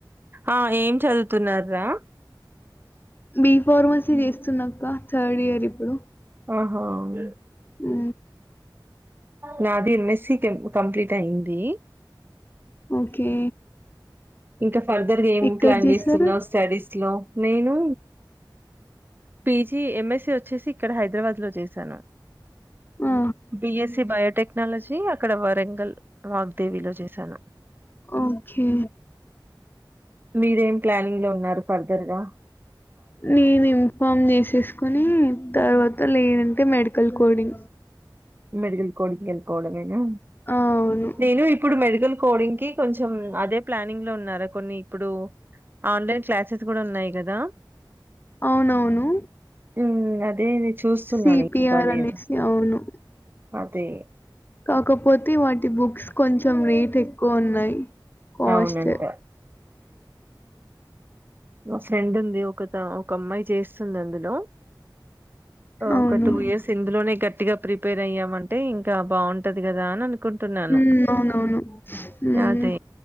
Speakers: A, on the right; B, on the left.
A: ఆ ఏం చదువుతున్న రా
B: బి ఫార్మసీ చేస్తున్నాక్క థర్డ్ ఇయర్ ఇప్పుడు
A: ఆహాగ
B: ఆ
A: నాది ఎంఎస్సి కంప్లీట్ అయ్యిన్ది
B: ఓకే
A: ఇంకా ఫర్దర్ ఏం
B: ఎక్కడ
A: ప్లాన్
B: చేశారు
A: చేస్తున్నావు స్టడీస్ లో నేను పిజి ఎంఎస్సి వచ్చేసి ఇక్కడ హైదరాబాద్ లో చేశాను
B: ఆ
A: బిఎస్స బయోటెక్నాలజీ అక్కడ వరంగల్ వాగ్దేవిలో చేశాను
B: ఓకే
A: మీరేం ప్లానింగ్ లో ఉన్నారు ఫర్దర్ గా
B: నేను ఇన్ఫార్మ్ చేసేసుకుని తర్వాత లేదంటే మెడి క్కల్ కోడి
A: మెడికల్ కోడ్కి వెళ్ళిపోవడమేనా
B: ఆ అవును
A: నేను ఇప్పుడు మెడికల్ కోడ్ంగ్కిి కొంచెం అదే ప్లానింగ్ లో ఉన్నారా కొన్ని ఇప్పుడు ఆన్లైన్ క్లాసెస్ కూడా ఉన్నాయి కదా
B: అవునవును
A: ఉ అదే చూస్తున్నాను
B: సిపిిఆర్
A: ఇంకా నేను.
B: అనేసి అవును
A: అదే
B: కాకపోతే వాటి బుక్స్ కొంచెం రేట్ ఎక్కువ ఉన్నాయి కాస్ట్
A: అవునంట. ఫ్రెం ఉంది ఒక ఒక అమ్మాయి చేస్తుంది అందులో
B: అవును.
A: ఒక టూ ఇయర్స్ ఇందులోనే గట్టిగా ప్రిపేర్ అయ్యామ అంటే ఇంకా బాగుంటది కదా అని అనుకుంటున్నాను.
B: ఉ అవునవును హ్మ్.
A: అదే